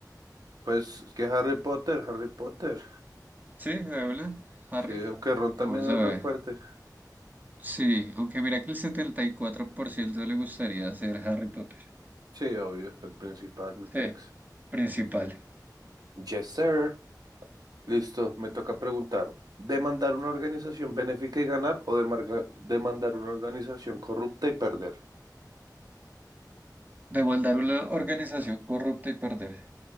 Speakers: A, on the right; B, on the right.
A: pues es que Harry Potter, Harry Potter.
B: Sí, de una, Harry.
A: Sí, aunque Ron también
B: Vamos a
A: es
B: ver.
A: re fuerte.
B: Sí, aunque mira que el 74% le gustaría ser Harry Potter.
A: Sí, obvio, el principal, mi pex.
B: Sí, principal.
A: Yes, sir. Listo, me toca preguntar. ¿Demandar una organización benéfica y ganar o demarga- demandar una organización corrupta y perder?
B: Demandar una organización corrupta y perder.